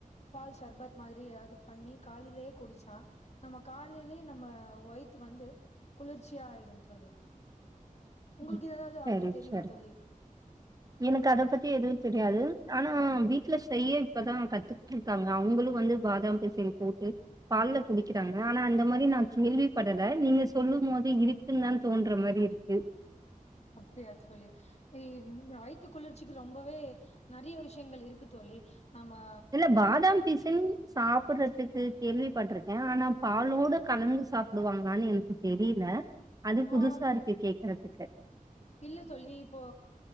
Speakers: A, on the left; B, on the right.
A: பால் சர்பத் மாதிரி எதாவ்து பண்ணி காலைலே குடிச்சா நம்ம காலைலே நம்ம வய்த்து வந்து குளிர்ச்சியாயிடு தோழி உங்களுக்கு
B: ம்.
A: எதாவ்து
B: சரி
A: அதுல தெரியுமா
B: சரி
A: தோழி
B: எனக்கு அத பத்தி எதுவும் தெரியாது ஆனா வீட்ல செய்ய இப்பதா கத்துக்கிட் காங்க அவங்களும் வந்து பாதாம் பிசின் போட்டு பால்ல குடிக்கிறாங்க ஆனா அந்த மாதிரி நான் கேள்வி படல நீங்க சொல்லுமோது இருக் குன்னு தா தோன்ற மாரி இருக்கு
A: அப்டியா தோழி இ வயித்து குளிர்ச்சிக்கு ரொம்பவே நறையா விஷியங்கள் இருக்கு தோழி ஆமா
B: இல்ல பாதாம் பிசின் சாப்படறதுக்கு கேள்விப்பட்டுருக்கன் ஆனா பாலோடு கலந்து சாப்புடுவாங்களான்னு எனக்கு தெரியில அது
A: ஆம்
B: புதுசா இருக்கு கேக்கறதுக்கு
A: இல்ல தோழி இப்போ